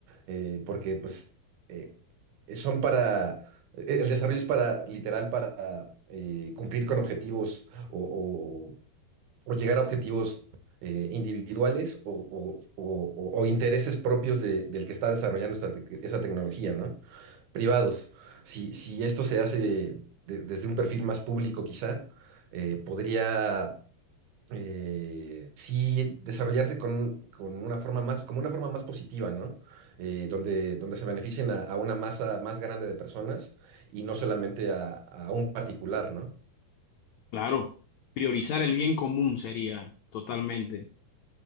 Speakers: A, on the right; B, on the left.
A: Eh, porque pues eh, son para, e- el desarrollo es para, literal, para eh, cumplir con objetivos o, o- o llegar a objetivos eh, individuales o, o- o- o- o intereses propios de- del que está desarrollando esta tec- esa tecnología, ¿no? Privados. Si, si esto se hace de- desde un perfil más público, quizá, eh, podría eh, sí desarrollarse con, con una forma más, como una forma más positiva, ¿no? Eh, donde, donde se beneficien a, a una masa más grande de personas y no solamente a, a un particular, ¿no?
B: Claro, priorizar el bien común sería totalmente.